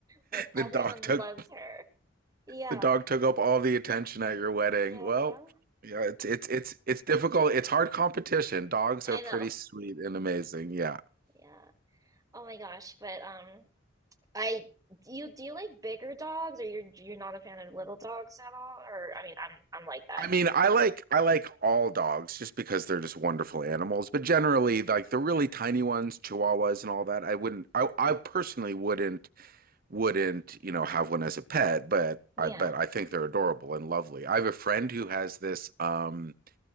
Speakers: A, on the right; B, on the right.
A: But
B: The
A: everyone
B: dog took
A: loves her. Yeah,
B: The dog took up all the attention at your wedding.
A: yeah,
B: Well, yeah, it's it's it's it's difficult. It's hard competition. Dogs
A: I
B: are pretty
A: know.
B: sweet and amazing. Yeah.
A: Yeah. Oh my gosh, but um. I do you do you like bigger dogs or you're you're not a fan of little dogs at all? Or I mean, I'm I'm like that.
B: I mean, I like I like all dogs just because they're just wonderful animals, but generally like the really tiny ones, chihuahuas and all that, I wouldn't I I personally wouldn't wouldn't, you know, have one as a pet, but
A: Yeah.
B: I but I think they're adorable and lovely. I have a friend who has this um